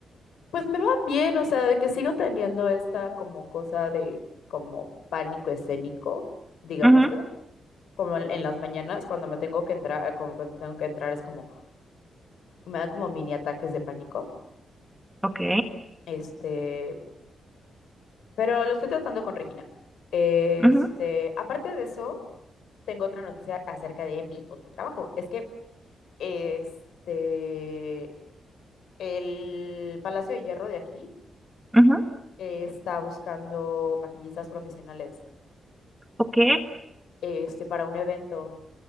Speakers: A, on the left (about 80°); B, in the centre.
A: Pues me va bien, o sea, de que sigo teniendo esta como cosa de como pánico escénico, digámosle,
B: Ajá,
A: como en en las mañanas cuando me tengo que entrar, como cuando tengo que entrar es como me dan como mini ataques de pánico.
B: ok,
A: Este, pero lo estoy tratando con Regina. Este,
B: ajá,
A: aparte de eso, tengo otra noticia acerca de mi otro trabajo. Es que este el Palacio de Hierro de aquí
B: ajá,
A: eh, está buscando maquillistas profesionales.
B: ok.
A: este, para un evento.